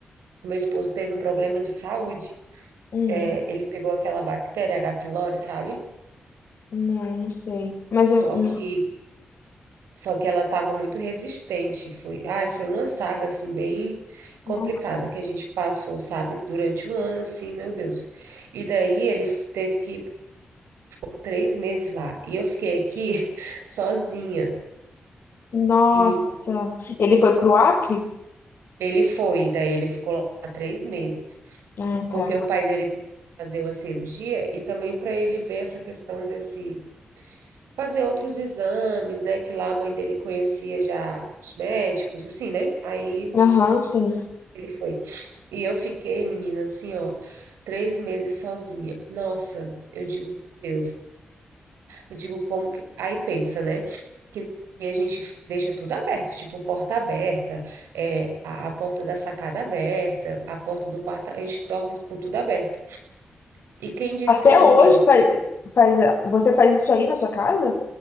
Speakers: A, on the right; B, on the left.
A: meu esposo teve um problema de saúde.
B: Hum.
A: É, ele pegou aquela bactéria H. pylori, sabe?
B: Não, não sei. Mas
A: Só
B: eu. hum,
A: que Só que ela estava muito resistente. Foi, ai, foi uma saga assim bem complicada
B: Nossa.
A: que a gente passou, sabe? Durante um ano assim, meu Deus. E daí ele f- teve que ir por três meses lá e eu fiquei aqui <laughs> sozinha.
B: Nossa.
A: E
B: Ele foi pro Acre?
A: ele foi, daí ele ficou lá três meses,
B: Ah,
A: porque
B: tá.
A: o pai dele precisou fazer uma cirurgia e também para ele ver essa questão desse fazer outros exames, né? Que lá a mãe dele conhecia já os médicos, assim, né? Aí
B: Aham, sim.
A: Ele foi. E eu fiquei, menina, assim, ó, três meses sozinha. Nossa, eu digo, meu Deus, eu digo como que. Aí pensa, né? Que a gente deixa tudo aberto, tipo, porta aberta, é, a, a porta da sacada aberta, a porta do quarto, a gente dorme com tudo aberto. E quem disse
B: Até
A: que eu dormi?
B: hoje faz, faz, você faz isso aí na sua casa?